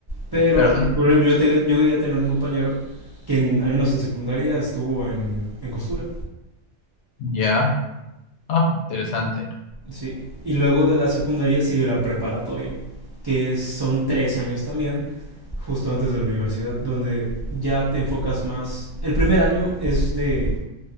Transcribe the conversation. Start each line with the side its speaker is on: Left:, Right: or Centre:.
Right: Pero,
Left: Mm, Pero, mm,
Right: por ejemplo, yo, te, yo llegué a tener un compañero que, en- al menos en secundaria, estuvo en, en costura,
Left: ya, ah, interesante.
Right: sí. Y luego de la secundaria sigue la preparatoria, que es- son tres años también, justo antes de la universidad, donde ya te enfocas más. El primer año es de